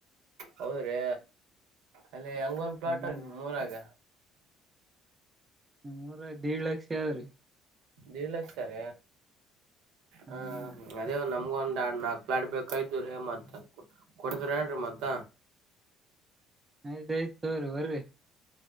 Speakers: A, on the right; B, on the right.
A: ಹೌದ್ರಿ ಅಲ್ಲಿ ಹಂಗೊಂದ್ ಪ್ಲಾಟ್
B: ಹ್ಮ್
A: ಮೂರಾಗ
B: ಹ್ಮೂಊರ ಆಯ್ತು ದೇಡ್ ಲಕ್ಷ ಯಾವ ರೀ
A: ದೇಡ್ ಲಕ್ಷ ಸರ
B: ಹ್ಮ್
A: ಹಾ ಅದೇ ನಮ್ಮ ನ ಒಂದ್ ನಾಕ್ ಲ ಆಡ್ ಬೇಕಾಯ್ು್ರೀ ಮತ್ತ ಕೊಡ್ತ್ರ ಏನ್ೀ ಮತ್ತ
B: ಆಯ್ತ್ಾಯಯ್ತ ತೋ್ರಿ ಬರ್ರಿ